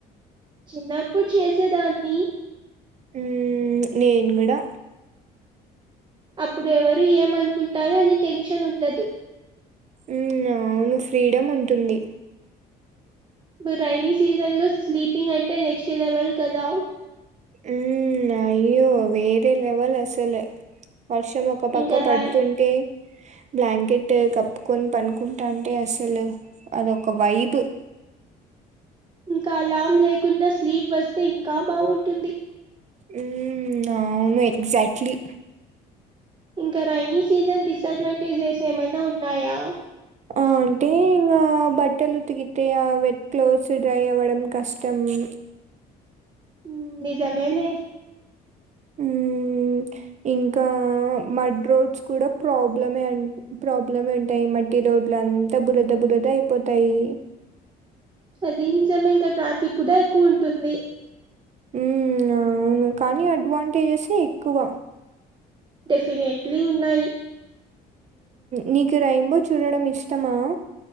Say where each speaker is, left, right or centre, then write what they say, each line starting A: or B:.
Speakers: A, on the right (about 25°); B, on the right (about 45°).
A: చిన్నప్పుడు చేసేదాన్ని
B: ఉమ్ నేను కూడా
A: అప్పుడు ఎవరు ఏమనుకుంటారు అని టెన్షన్ ఉండదు
B: ఉమ్ అవును ఫ్రీడమ్ ఉంటుంది
A: బ రెయినీ సీజన్ లో స్లీపింగ్ అంటే నెక్స్ట్ లెవెల్ కదా
B: ఉమ్ అయ్యో వేరే లెవల్ అసలు వర్షం ఒక పక్క
A: ఇంకా ర
B: పడుతుంటే బ్లాంకె ట్ కప్పుకొని పనుకుంటా అంటే అసలు అదొక వైబ్
A: ఇంకా అలామ్ లేకుండా స్లీప్ వస్తే ఇంకా బాగుంటుంది
B: ఉమ్ అవును ఎగ్జాట్లీ
A: ఇంకా రెయినీ సీజన్ డిసడ్వాంటేజెస్ ఏమైనా ఉన్నాయా
B: ఆ అంటే ఇంకా బట్టలు ఉతికితే ఆ వెట్ క్లోత్స్ డ్రై అవ్వడం కష్టం బ
A: ఉమ్ నిజమేలే
B: ఉమ్ ఇంకా మడ్ రోడ్స్ కూడా ప్రాబ్లమే అన్ ప్రాబ్లమే ఉంటాయి మట్ ట్టి రోడ్లు అంతా బురద బురద అయిపోతాయి
A: అది నిజమే ఇంకా ట్రాఫిక్ కూడా ఎక్కువ ఉంటుంది
B: ఉమ్ అవును కానీ అడ్వాంటేజెసే ఎక్కువ
A: డెఫినెట్లీ ఉన్నాయి
B: నీకు రైంబో చూడడం ఇష్టమా